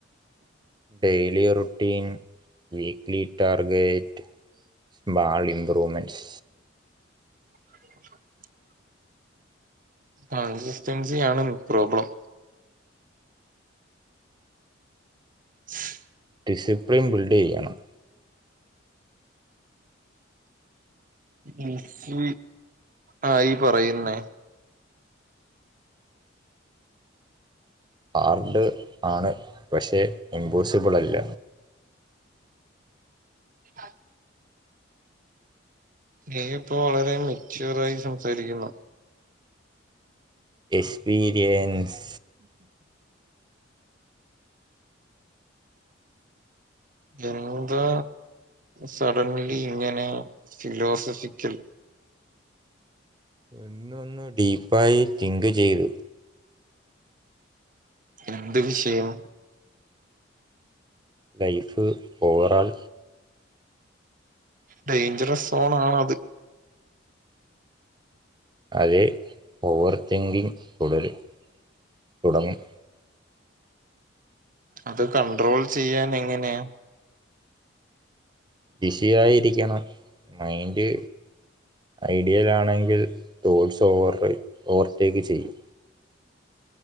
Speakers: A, on the right; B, on the right.
A: daily routine weekly target ഭാവി ഇമ്പ്രൂവ്മെൻസ്
B: <unintelligible> ആ ഇസ്റ്റൻസി ആണ് പ്രോബ്ലം ശ്
A: ഡിസിപ്ലിൻ ബിൽടെയ്യണം
B: ബിസി ആ ഈ പറയുന്നേ
A: ആർഡ് ആണ് പക്ഷേ ഇംപോസിബിള് അല്ല
B: ആഹ് നീ ഇപ്പൊ വളരെ മെച്യൂർ ആയി സംസാരിക്കുന്നു
A: എക്സ്പീരിയൻസ്
B: എന്താ സഡൻലി ഇങ്ങനെ ഫിലോസഫിക്കൽ
A: ഇന്നൊന്ന് ഡീപ്പായി തിങ്ക് ചെയ്തു
B: എന്ത് വിഷയം
A: ലൈഫ് ഓവറാൾ
B: ഡേഞ്ചറസ് സോൺ ആണ് അത്
A: അത് ഓവർ തിങ്കിങ് തുടരും തുടങ്ങും
B: അത് കണ്ട്രോൾ ചെയ്യാൻ എങ്ങനെയാ
A: ബിസിയായിരിക്കണം മൈൻഡ് ഐഡിയൽ ആണെങ്കിൽ ടോഡ്സ് ഓവർ ഓവർടേക്ക് ചെയ്യും